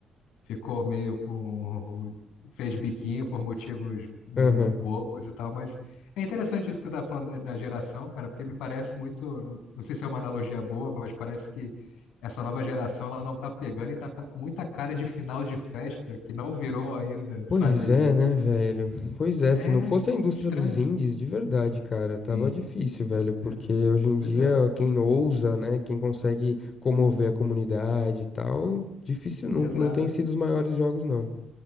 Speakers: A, on the left (about 90°); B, on the left (about 45°).
A: ficou meio com. fez biquinho por motivos meio
B: Aham.
A: bobos e tal, mas é interessante isso que tu tá falando da da geração, cara, porque me parece muito. Não sei se é uma analogia boa, mas parece que essa nova geração ela não tá pegando e tá pa- com muita cara de final de festa que não virou ainda,
B: Pois
A: sabe?
B: é,
A: O...
B: né, velho? Pois é,
A: É
B: se não fosse
A: é
B: a indústria
A: estranho.
B: dos indies, de verdade, cara, tava
A: Sim.
B: difícil, velho, porque
A: É.
B: hoje em dia
A: Pois é,
B: quem ousa, né, quem consegue comover a comunidade e tal, difícil, não,
A: exato.
B: não tem sido os maiores jogos, não.